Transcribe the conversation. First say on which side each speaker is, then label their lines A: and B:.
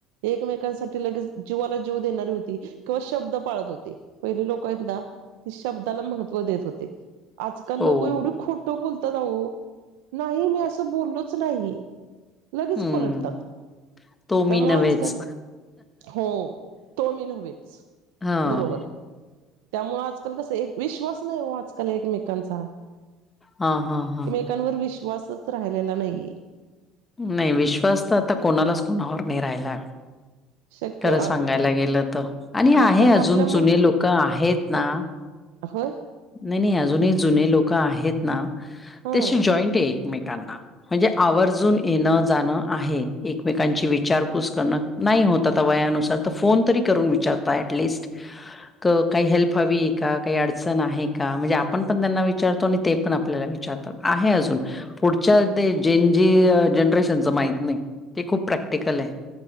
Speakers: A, on the right (about 85°); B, on the left (about 20°).
A: एकमेकांसाठी लगेच जीवाला जीव देणारी होती किंवा शब्द पाळत होते पहिले लोक आहेत न ती शब्दाला महत्त्व देत होते आजकाल
B: हो.
A: लोक एवढी खोट खोट बोलतात आहो नाही मी असं बोललोच नाही लगेच
B: हं.
A: पलटतात.
B: तो मी
A: त्यामु
B: नव्हेच.
A: आजकाल हो तो मी नव्च
B: हां.
A: बरोबर आहे त्यामु आजकाल कसं एक विश्वास नाही हो आजकाल एकमेकांचा
B: हम हम हम्.
A: कांवर विश्वासच राहिलेला नाहीे.
B: नाही विश्वास तर आता कोणालाच कोणावर नाही राहिला आहे.
A: शक्य
B: खरं सांगायला गेलं तर आणि
A: आपण
B: आहे अजून
A: आपल्या
B: जुने लोक आहेत ना.
A: हो.
B: नाही नाही अजूनही जुने लोक आहेत ना
A: हा
B: त्याशी जॉईंट आहे एकमेकांना म्हणजे आवर्जून येणं जाणं आहे एकमेकांची विचारपूस करणं. नाही होतता वयानुसार तर फोन तरी करून विचारता ऍटलिस्ट काही हेल्प हवी काही अडचणी नाही का म्हणजे आपण पण त्यांना विचारतो आणि ते पण आपल्याला विचारतो आहे अजून पुढच्या ते जे जी जनरेशनच माहित नाही ते खूप प्रॅक्टिकल आहे.